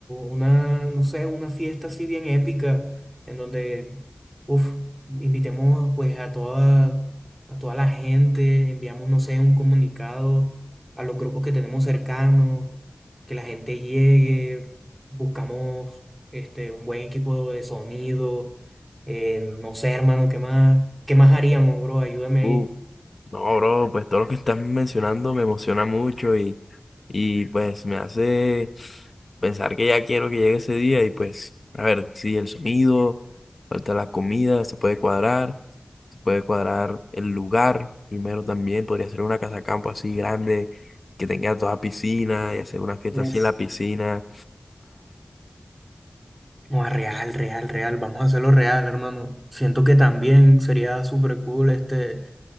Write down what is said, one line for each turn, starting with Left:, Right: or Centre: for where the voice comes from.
Right: una, no sé, una fiesta así bien épica, en donde, uff, invitemos pues a toda, a toda la gente, enviamos, no sé, un comunicado a los grupos que tenemos cercanos, que la gente llegue, buscamos este, un buen equipo de sonido Eh, no sé, hermano, ¿qué más, qué más haríamos, bro? Ayúdame
Left: Uh,
Right: ahí.
Left: no, bro, pues todo lo que estás mencionando me emociona mucho y, y pues me hace pensar que ya quiero que llegue ese día y pues, a ver, sí, el sonido, falta la comida, se puede cuadrar, se puede cuadrar el lugar. Primero también podría ser una casa campo así grande, que tenga toda piscina y hacer una fiesta
Right: Uf,
Left: así en la piscina.
Right: no, real, real, real. Vamos a hacerlo real, hermano. Siento que también sería súper cool este